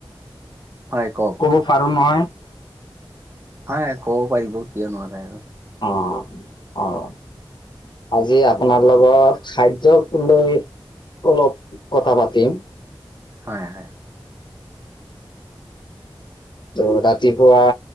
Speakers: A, on the right (about 30°); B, on the left (about 55°).
A: হয় কওঁক।
B: ক'ব পাৰোঁ নহয়?
A: হয়, ক'ব পাৰিব। কিয় নোৱাৰে আৰু।
B: অ', অ'। আজি আপোনাৰ লগৰ খাদ্যক লৈ অলপ কথা পাতিম।
A: হয় - হয়।
B: তো ৰাতিপুৱা